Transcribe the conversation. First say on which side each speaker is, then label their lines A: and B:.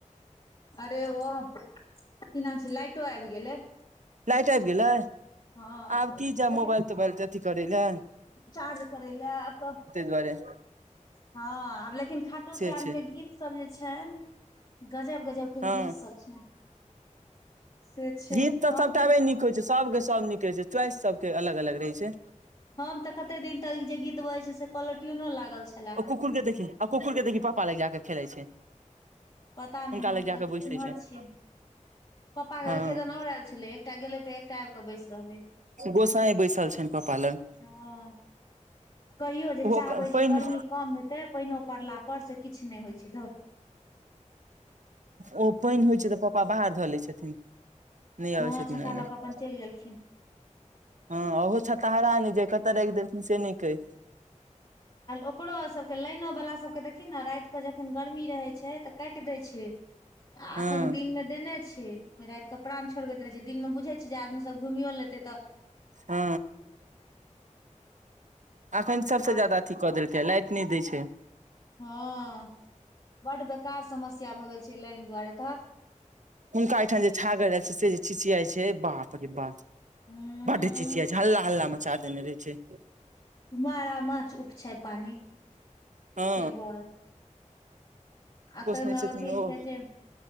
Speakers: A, on the right; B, on the left.
A: <inaudible>
B: अरे ओ <inaudible> की नाम छै लाइटो आइब गेलै
A: लाइट आइब गेलै <inaudible>
B: हँ
A: आब की जायब
B: लेकिन
A: मोबाइल तोबाइल अथी करै लै
B: चार्ज करै लै आब तऽ
A: दुआरे
B: हँ आब लेकिन खाटू
A: से
B: श्याम
A: छै
B: केँ गीत सब जे छैन गजब गजब केँ
A: हँ
B: गीत सब छै न <inaudible> से छै
A: गीत
B: हम
A: सभटाबे
B: तऽ
A: नीक छै सब केँ सब नीक रहै छै च्वाइस सब केँ अलग अलग रहै छै
B: हम तऽ कते दिन तक जे गीत बजै छै से कॉलर ट्यून लागल छै
A: ओ कुकुर कऽ देखी आ कुकुर कऽ देखी पापा लग जा कऽ खेलै छै <inaudible>
B: पता नहि
A: हुनका
B: हम
A: लऽ जा
B: तऽ
A: कऽ बैसै
B: इम्हर
A: छै <inaudible>
B: छियै पप्पा कऽ
A: हँ
B: केदन और ऐल छलै एकटा गेले तऽ एकटा आइब कऽ बैस रहले
A: गोसाई बैसल छनि पापा लग
B: <inaudible> हऽ कहियो जे
A: ओहो
B: चाहबै जे
A: पानि
B: गर्मी कम हेतै पाइनो पड़ला पर से किछ नै होइ छै धौ
A: ओ पाइन होइ छै तऽ पापा बाहर धऽ लैत छथिन नै
B: हँ
A: आबै छथिन
B: छता
A: अंगना
B: लऽ कऽ अपन चलि
A: <inaudible>
B: गेलखिन
A: हँ ओहो छता हरा न जय कत राइख देलथिन से नैकहै
B: ओकरो सभके लाइनोवाला सभके देखियी ने रातिकेऽ जखन गर्मी रहैत छै तऽ काटि दै छै एखन
A: हँ
B: दिनमे देने छी राति के प्राण छोड़बैत रहै छै दिनमे बुझैत छै जे आदमीसभ घुमियो लेतै त
A: हू अखन सभसँ
B: आ
A: जादा अथी कऽ देलकै लाइट नहि दै छै।
B: हँ बड़ बेकार समस्या भऽ गेल छै लाइन दुआरे तहत
A: हुनका एहिठाम जे छागर जाय छै से जे छिचियाइ छै बाप रे बाप
B: उम्म
A: बटे चिचिया छै हल्ला हल्ला माचा देने रहै छै
B: मारा माछ उपछाय पानि
A: हँ
B: सेब आत
A: पोसने
B: ने
A: छथिन
B: कि
A: ओ
B: कहै छै